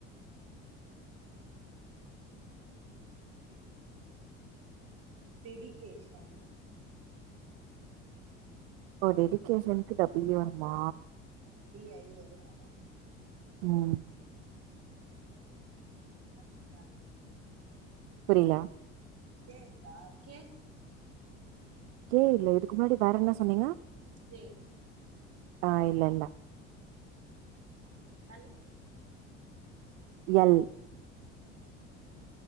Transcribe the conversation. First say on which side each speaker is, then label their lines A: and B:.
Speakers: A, on the right; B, on the right.
A: டெடிகேஷன்
B: ஓ டெடிகேஷனுக்கு டபுல் ஏ வருமா
A: பி ஐ வரும் அதா
B: உம்
A: பி வராதுங்க
B: புரில
A: கேக்குதா கே
B: கே இல்ல இதுக்கு முன்னாடி வேற என்ன சொன்னீங்க
A: ஜெ
B: ஆஹ் இல்ல இல்ல
A: நல்
B: எல்
A: ஆஹ்